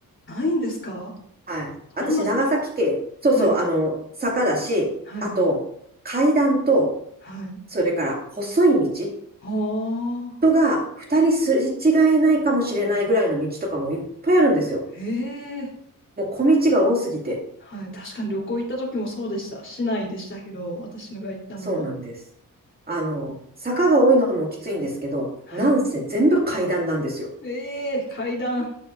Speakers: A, on the left; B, on the right.
A: ないんですか
B: はい。
A: そんな坂
B: 私、長崎県、そうそう、
A: はい。
B: あの、坂だし、
A: はい。
B: あと、階段と、
A: はい。
B: それから細い道、
A: ああ。
B: 人が二人すれ違えないかもしれないぐらいの道とかもいっぱいあるんですよ。
A: ええ
B: もう小道が多すぎて。
A: はい。確かに旅行行った時もそうでした。市内でしたけど、私のが行ったのは。
B: そうなんです。あの、坂が多いのもきついんですけど、
A: はい。
B: なんせ全部階段なんですよ。
A: ええ階段。<laughs>